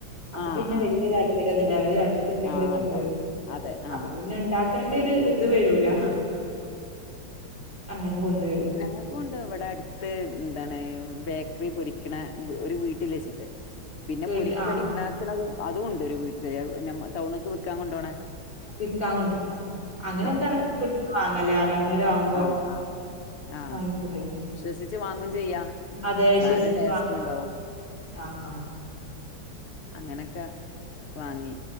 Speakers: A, on the left; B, on the left.
A: അപ്പൊ
B: ആഹ്
A: പിന്നെ
B: ആഹ്
A: വല്യ താല്പര്യമൊന്നുല്ല അവര് അടുക്കുണ്ടെങ്കില്
B: ആഹ്
A: കൊണ്ടുവരും
B: ഇണ്ടാവൂല അതെ
A: അപ്പൊ
B: ആഹ്
A: പിന്നെ ഉണ്ടാ ക്കണ്ട ഒരു അത് വരൂല
B: ഉം
A: അങ്ങനെ കൊണ്ട്
B: ഞങ്ങൾക്കുമുണ്ട് ഇവിടെ അടുത്ത് എന്താണ് ബേക്കറി പൊരിക്കണ ഒരു വീട്ടിൽ വെച്ചിട്ട് പിന്നെ
A: വീട്ട്
B: പൊരിക്കടി
A: ആഹ്
B: ഉണ്ടാക്കണത് അതുമുണ്ട് ഒരു വീട്ടില് ഞമ്മ ടൗണിക്ക് വിക്കാൻ കൊണ്ടോണെ
A: വിക്കാൻ കൊണ്ടോണെ ആ അങ്ങനെ അങ്ങനൊക്കെയാണെങ്കിൽ
B: വിൽക്കാൻ
A: വീട്ടീന്ന് വാങ്ങല്ലേ അറിയുന്നോര് ആവുമ്പോ
B: ആഹ് ആഹ് ആഹ്
A: വാങ്ങിപ്പോയി
B: വിശ്വസിച്ച് വാങ്ങും ചെയ്യാ
A: അതെ വിശ്വസിച്ചു
B: സാധനം ടേസ്റ്റും
A: വാങ്ങാം
B: ഉണ്ടാവും
A: ആ ആ
B: അങ്ങനെയൊക്കെ വാങ്ങി